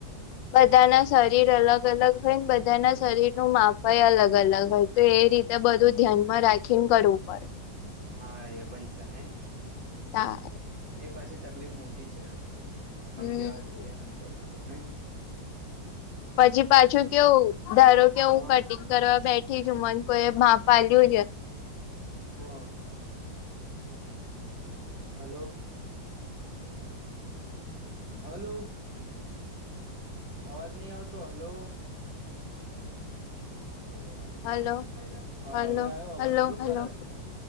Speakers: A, on the left; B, on the right.
A: બધા ના શરીર અલગ અલગ હોય ને બધા ના શરીર નું માપ ભાઈ અલગ અલગ ભ તો એ રીતે બધું ધ્યાન માં રાખીને કરવું પડે.
B: હા એ પણ છે નઈ.
A: તારે
B: એ પાછી તકલીફ મોટી છે એમ
A: હમ
B: આમ કેવા જઈએ ને તો. હમ્મ.
A: પછી પાછું કેવું ધારો કેવું
B: હા
A: ક કરવા બેઠી છું મન કોઈ ભ પા્યું છે.
B: હા હલો હલો. અવાજ નહી આવતો. હલો. બે હાર મારામાં
A: હલો
B: હા
A: હલો
B: હવે આવ્યો અવાજ.
A: હલો
B: હવે શું કરે
A: હલો
B: છે?